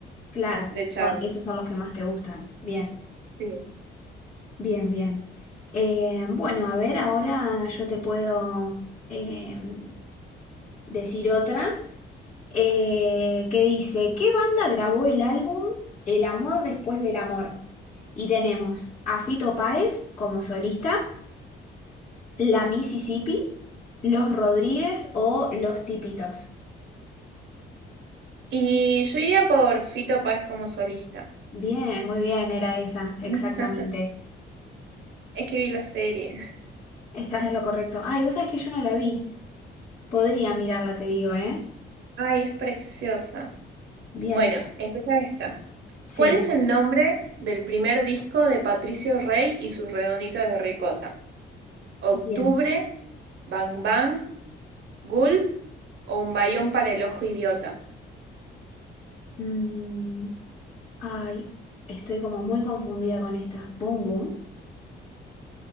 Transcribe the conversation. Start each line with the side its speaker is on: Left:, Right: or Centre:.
Left: Claro,
Right: de Charlie.
Left: son, esos son los que más te gustan. Bien,
Right: Sí.
Left: bien, bien. Eh, bueno, a ver, ahora yo te puedo em, decir otra. eh, que dice, ¿qué banda grabó el álbum El amor después del amor? Y tenemos a Fito Páez como solista, La Mississippi, Los Rodríguez o Los Tipitos.
Right: Y yo iría por Fito Páez como solista.
Left: Bien, muy bien, era esa, exactamente.
Right: <laughs> Es que vi la serie.
Left: Estás en lo correcto. Ay, vos sabés que yo no la vi. Podría mirarla, te digo, ¿eh?
Right: Ay, es preciosa.
Left: Bien,
Right: Bueno, escucha esta.
Left: sí,
Right: ¿Cuál es el nombre del primer disco de Patricio Rey y sus redonditos de ricota? ¿Octubre,
Left: bien.
Right: Bang Bang, Gulp o Un bayón para el ojo idiota?
Left: Mm, ay, estoy como muy confundida con esta. Boom, boom.